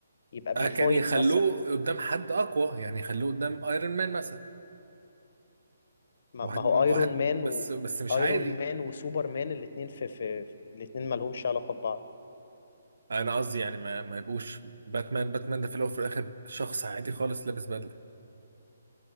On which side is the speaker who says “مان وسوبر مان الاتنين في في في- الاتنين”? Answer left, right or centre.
Left